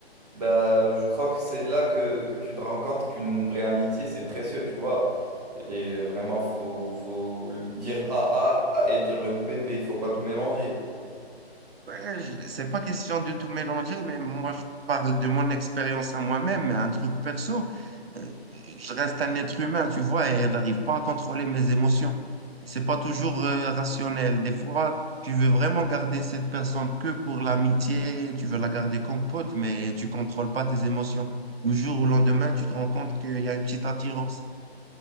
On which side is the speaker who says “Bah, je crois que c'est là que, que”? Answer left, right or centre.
Right